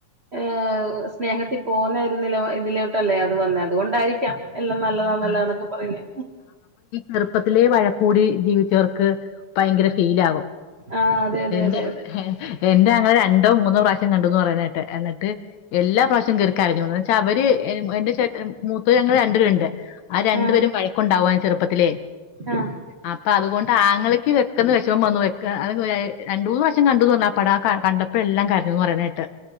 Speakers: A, on the right; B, on the left.
A: ഏഹ് സ്നേഹത്തിൽ പോവുന്ന ഒരു നില ഇതിലോട്ടല്ലേ അത് വന്നെ അതുകൊണ്ടായിരിക്കാം എല്ലാം
B: അതുകൊണ്ട്
A: നല്ലതാ നല്ലതാന്നൊക്കെ പറയുന്നേ
B: ചെറുപ്പത്തിലെ വഴക്കൂടി ജീവിച്ചവർക്ക് ഭയങ്കര ഫീലാകും
A: ആഹ് അതെ അതെ
B: എന്റെ
A: അതെ അതെ
B: എന്റെറെ ആങ്ങള രണ്ടോ മൂന്നോ പ്രാവശ്യം കണ്ടുന്ന് പറയ്ണേട്ട് എന്നിട്ട് എല്ലാ പ്രാവശ്യവും കേറി കരഞ്ഞു ന്ന് പക്ഷെ അവര് എന്റെ ചേട്ടൻ മൂത്തത് ഞങ്ങള് ര രുണ്ട് ആ രണ്ടുപേരും
A: ആഹ്
B: വഴക്കുണ്ടാവാര്ന്നു ചെറുപ്പത്തിലേ
A: ആഹ്
B: അപ്പൊ അതുകൊണ്ട് ആങ്ങളക്ക് വെക്കന്ന് വിഷമം വന്നു വെക്ക അതൊക്കെ ഒര് രണ്ട് മൂന്ന് പ്രാവശ്യം കണ്ടു ന്ന് പറഞ്ഞു ആ പടം ആഹ് കണ്ട പ്പ എല്ലാം കരഞ്ഞു ന്ന് പറയ്ണേട്ട്